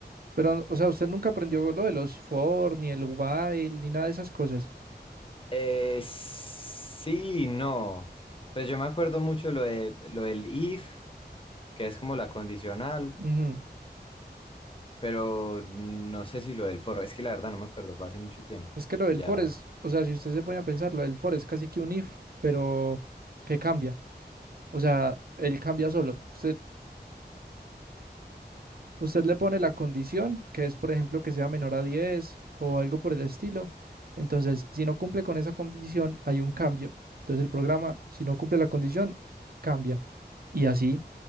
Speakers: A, on the right (about 60°); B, on the left (about 30°).
A: Pero, o sea, usted nunca aprendió lo de los for, ni el while, ni nada de esas cosas.
B: eh, sí, no. Pues yo me acuerdo mucho lo de, lo del if, que es como la condicional,
A: Ujú.
B: pero no sé si lo del for, es que la verdad no me acuerdo, fue hace mucho tiempo.
A: Es que lo del
B: Ya
A: for es, o sea, si usted se pone a pensar, lo del for es casi que un if, pero que cambia. O sea, él cambia solo. Usted, usted le pone la condición, que es, por ejemplo, que sea menor a 10 o algo por el estilo. Entonces, si no cumple con esa condición, hay un cambio. Entonces, el programa, si no cumple la condición, cambia. Y así,